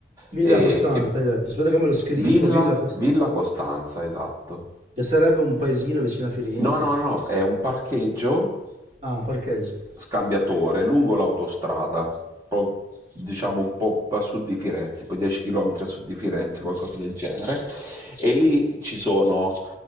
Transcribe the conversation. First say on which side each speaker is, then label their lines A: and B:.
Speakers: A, on the right; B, on the right.
A: Villa
B: E,
A: Costanza,
B: e
A: hai detto. Aspetta che me lo scrivo,
B: Villa,
A: Villa Costanza,
B: Villa Costanza, esatto.
A: che sarebbe un paesino vicino a Firenze.
B: No, no, no, è un parcheggio
A: Ah, un parcheggio.
B: scambiatore lungo l'autostrada, pro- diciamo un po' a sud di Firenze, poi 10 km a sud di Firenze, qualcosa del genere, e lì ci sono,